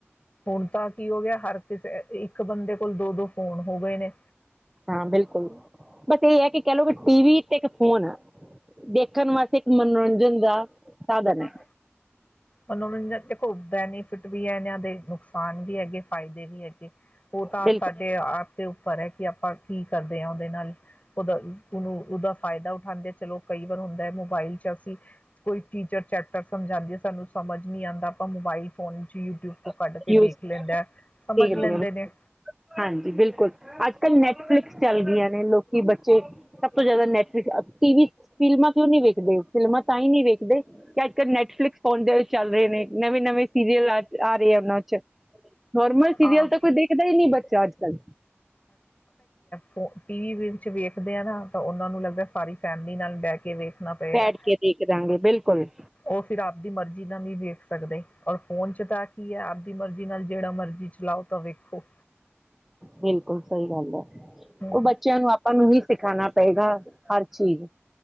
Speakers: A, on the left (about 35°); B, in the centre.
A: ਹੁਣ ਤਾਂ ਕੀ ਹੋ ਗਿਆ ਹਰ ਇ-ਇੱਕ ਬੰਦੇ ਕੋਲ ਦੋ ਦੋ ਫੋਨ ਹੋ ਗਏ ਨੇ
B: ਹਾਂ ਬਿਲਕੁੱਲ। ਬਸ ਇਹ ਹੈ ਕਿ ਕਹਿ ਲਓ ਕਿ ਟੀ ਵੀ ਤੇ ਇੱਕ ਫੋਨ ਆ, ਦੇਖਣ ਵਾਸਤੇ ਇੱਕ ਮਨੋਰੰਜਨ ਦਾ ਸਾਧਨ
A: ਮਨ
B: ਹੈ
A: ਮਨੋਰੰਜਨ ਦੇਖੋ, ਬੈਨੀਫਿਟ ਵੀ ਹੈ ਇਹਨਾਂ ਦੇ, ਨੁਕਸਾਨ ਵੀ ਹੈਗੇ ਫਾਇਦੇ ਵੀ ਹੈਗੇ, ਉਹ ਤਾਂ
B: ਬਿਲਕੁਲ
A: ਸਾਡੇ ਆਪ ਦੇ ਉ ਪਰ ਐ ਕਿ ਆਪਾਂ ਕੀ ਕਰਦੇ ਆਂ ਉਹਦੇ ਨਾਲ ਉਹਦਾ ਉਹਨੂੰ ਉਹਦਾ ਫਾਇਦਾ ਉਠਾਂਦੇ ਆ ਚਲੋ ਕਈ ਵਾਰ ਹੁੰਦਾ ਐ, ਮੋਬਾਈਲ ਚ ਅਸੀਂ ਕੋਈ ਟੀਚਰ ਚੈਪਟਰ ਸਮਝਾਉਂਦੀ ਹੈ ਸਾਨੂੰ ਸਮਝ ਨਹੀਂ ਆਉਂਦਾ ਆਪਾਂ ਮੋਬਾਈਲ ਫੋਨ 'ਚ
B: <unintelligible>
A: ਯੂਟਿਊਬ ਤੋਂ ਕੱਢ ਕੇ ਦੇਖ ਲੈਂਦਾ ਸਮਝ ਲੈਂਦੇ ਨੇ
B: ਹਾਂਜੀ ਬਿਲਕੁਲ ਅੱਜ ਕੱਲ ਨੈਟਫਲਿਕਸ ਚੱਲ ਗਈਆਂ ਨੇ ਲੋਕੀ ਬੱਚੇ ਸਭ ਤੋਂ ਜ਼ਿਆਦਾ ਨੈਟਫਲਿਕ ਟੀ ਵੀ ਫਿਲਮਾਂ ਕਿਉਂ ਨੀ ਵੇਖਦੇ, ਫਿਲਮਾਂ ਤਾਂ ਹੀ ਨੀ ਵੇਖਦੇ, ਕਿ ਅੱਜ ਕੱਲ੍ਹ ਨੈਟਫਲਿਕਸ <unintelligible> ਚੱਲ ਰਹੇ ਨੇ ਨਵੇਂ ਨਵੇਂ ਸੀਰੀਅਲ ਆ ਆ ਰਹੇ ਆ ਉਹਨਾਂ ਚ ਨੋਰਮਲ
A: ਹਾਂ।
B: ਸੀਰੀਅਲ ਤਾਂ ਕੋਈ ਦੇਖਦਾ ਈ ਨੀ ਬੱਚਾ ਅੱਜ ਕਲ
A: ਫੋ-ਟੀ ਵੀ ਵੇ ਵਿੱਚ ਵੇਖਦੇ ਆ ਨਾ ਤਾਂ ਉਹਨਾਂ ਨੂੰ ਲੱਗਦਾ ਸਾਰੀ ਫੈਮਿਲੀ ਨਾਲ ਬਹਿ ਕੇ ਵੇਖਣਾ ਪਏਗਾ।
B: ਬੈਠ ਕੇ ਦੇਖ ਦਾਂਗੇ ਬਿਲਕੁਲ
A: ਉਹ ਫਿਰ ਆਪਦੀ ਮਰਜ਼ੀ <unintelligible> ਵੀ ਵੇਖ ਸਕਦੇ, ਔਰ ਫੋਨ ਚ ਤਾਂ ਕੀ ਹੈ ਆਪਦੀ ਮਰਜ਼ੀ ਨਾਲ ਜਿਹੜਾ ਮਰਜ਼ੀ ਚੀਜ ਚਲਾਓ ਤਾਂ ਵੇਖੋ
B: ਬਿਲਕੁੱਲ ਸਹੀ ਗੱਲ ਹੈ।
A: ਹੂੰ
B: ਉਹ ਬੱਚਿਆਂ ਨੂੰ ਆਪਾਂ ਨੂੰ ਹੀ ਸਿਖਾਣਾ ਪਏਗਾ ਹਰ ਚੀਜ਼